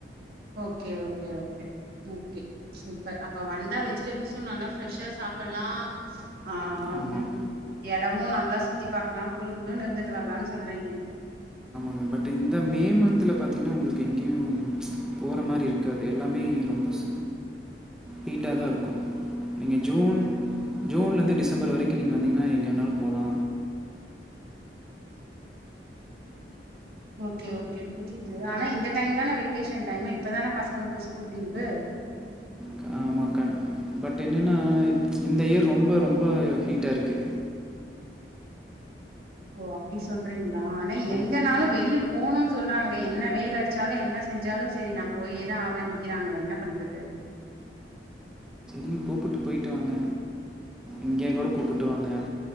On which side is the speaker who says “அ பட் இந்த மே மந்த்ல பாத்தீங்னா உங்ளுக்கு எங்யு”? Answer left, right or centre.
Centre